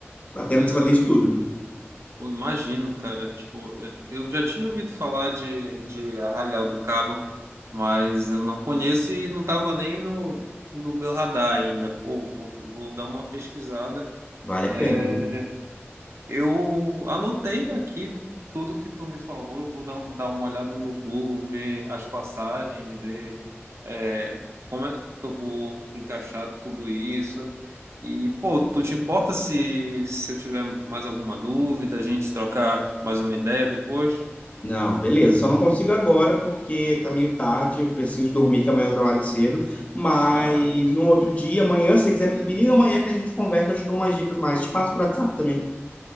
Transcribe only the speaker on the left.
Dá tempo
de você fazer isso tudo.
Vale a
pena, viu?
Não, beleza. Só não consigo agora porque tá meio tarde, eu preciso dormir, que amanhã eu trabalho cedo. Mas
no outro dia, amanhã, se você quiser, me me liga amanhã que a gente conversa, eu te dou umas dicas mais. Te passo por WhatsApp também.